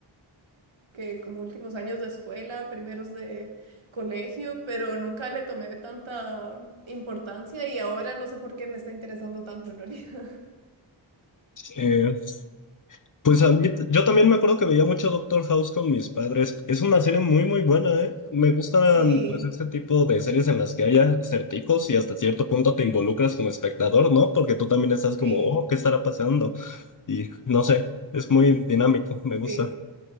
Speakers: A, on the right (about 75°); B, on the left (about 40°).
A: que como últimos años de escuela, primeros de colegio, pero nunca le tomé tanta importancia y ahora no sé por qué me está interesando tanto en realidad. <laughs>
B: Eh, Pues a mí- yo también me acuerdo que veía mucho Doctor House con mis padres. Es una serie muy, muy buena, ¿eh? Me gustan,
A: Sí,
B: pues, este tipo de series en las que haya certicos y hasta cierto punto te involucras como espectador, ¿no? Porque tú también estás como,
A: sí,
B: oh, ¿qué estará pasando? Y no sé, es muy dinámico, me gusta.
A: sí,